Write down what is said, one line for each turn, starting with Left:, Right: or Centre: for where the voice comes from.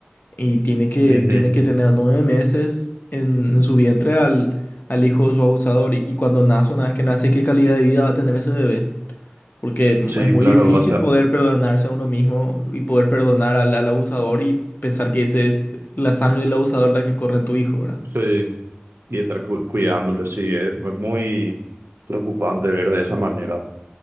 Left: y tiene que,
Right: Ujú.
Left: tiene que tener nueve meses en, en su vientre al, al hijo de su abusador. Y, y cuando nace, una vez que nace, ¿qué calidad de vida va a tener ese bebé? Porque
Right: Sí,
Left: es muy
Right: claro,
Left: difícil
Right: vas a
Left: poder perdonarse a uno mismo y poder perdonar al, al abusador y pensar que ese es la sangre del abusador la que corre en tu hijo, ¿verdad?
Right: sí, y estar cu- cuidándole, sí, es muy preocupante ver de esa manera.